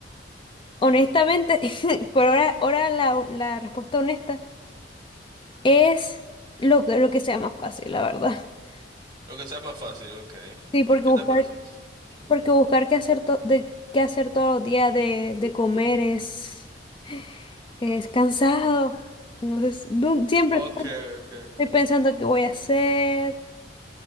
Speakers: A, on the left; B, on the right.
A: honestamente, <laughs> por ahora, ahora la, la respuesta honesta. Es lo que, lo que sea más fácil, la verdad. <laughs>
B: Lo que sea más fácil, okay.
A: Sí, porque
B: ¿Qué
A: buscar,
B: te parece? Ujú.
A: porque buscar qué hacer, to- de, qué hacer todos los días de, de comer es, es cansado. Entonces, nu- siempre
B: Okay,
A: estoy
B: okay, okay.
A: estoy pensando qué voy a hacer,